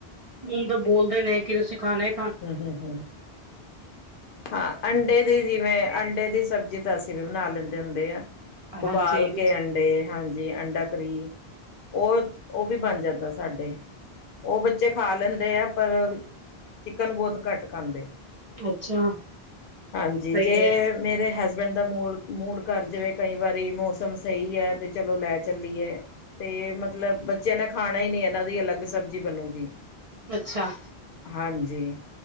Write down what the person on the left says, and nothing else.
ਹੂੰ- ਹੂੰ, ਹਾਂ ਅੰਡੇ ਦੀ ਜਿਵੇ ਅੰਡੇ ਦੀ ਸਬਜੀ ਦੱਸ ਜੀਵੇ ਬਣਾ ਲੈਦੇ ਹੁੰਦੇ ਆ। ਉਬਾਲ
ਕੇ ਅੰਡੇ ਹਾਂਜੀ- ਜੀ ਅੰਡਾ ਕਰੀ ਉਹ- ਉਹ ਵੀ ਬਣ ਜਾਦਾ ਸਾਡੇ- ਉਹ ਬੱਚੇ ਖਾ ਲੈਦੇ ਆ ਪਰ- ਚਿਕਨ ਬੋਤ ਘੱਟ ਖਾਦੇ,
ਹਾਂਜੀ
ਜੇ-
ਮੇਰੇ ਹਸਬੈਂਡ ਦਾ ਮੂਡ- ਮੂਡ ਕਰ ਜਾਵੇ ਕਈ ਵਾਰੀ ਮੋਸਮ ਸਹੀ ਹੈ। ਤੇ ਚਲੋ ਲੈ ਚਲੀਏ- ਤੇ ਮਤਲਬ ਬੱਚਿਆਂ ਨੇ ਖਾਣਾ ਹੀ ਨਈ ਐ ਇਹਨਾ ਦੀ ਅਲਗ ਸਬਜੀ ਬਣੂਗੀ।
ਹਾਂਜ ਜੀ